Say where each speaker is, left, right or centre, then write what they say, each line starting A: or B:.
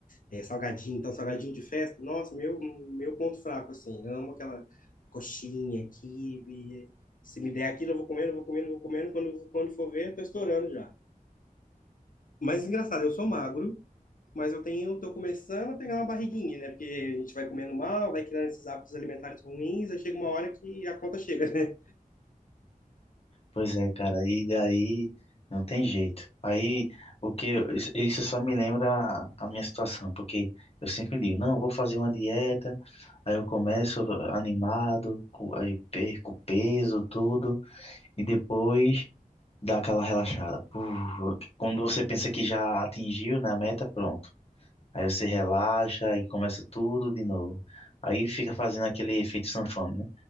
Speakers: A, on the left; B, on the left.
A: é, salgadinho, então salgadinho de festa. Nossa, meu, meu ponto fraco, assim. Amo aquela coxinha, quibe. Se me der aquilo, eu vou comendo, eu vou comendo, eu vou comendo. Quando, quando for ver, eu tô estourando já. Mas engraçado, eu sou magro. mas eu tenho, tô começando a pegar uma barriguinha, né? Porque a gente vai comendo mal, vai criando esses hábitos alimentares ruins, aí chega uma hora que a conta chega, né?
B: Pois é, cara, e daí não tem jeito. Aí o que isso isso só me lembra a a minha situação, porque eu sempre digo, não, eu vou fazer uma dieta, aí eu começo animado, co- aí perco peso, tudo, e depois dá aquela relaxada. Puf, quando você pensa que já atingiu, né, a meta, pronto. Aí você relaxa e começa tudo de novo. Aí fica fazendo aquele efeito sanfona, né?